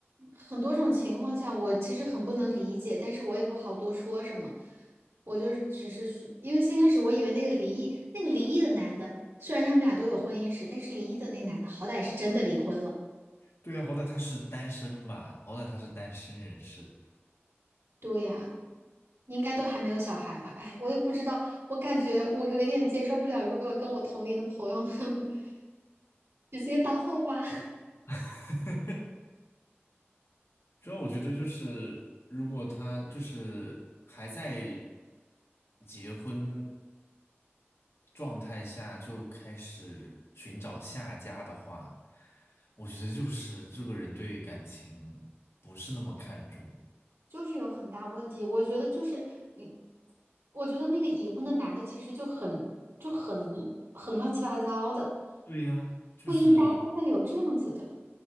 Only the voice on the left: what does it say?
对呀，好歹他是单身吧，好歹他是单身人士。
<laughs> 主要我觉得就是，如果他就是还在结婚状态下就开始寻找下家的话，我觉得就是这个人对感情不是那么看重。
对呀，就是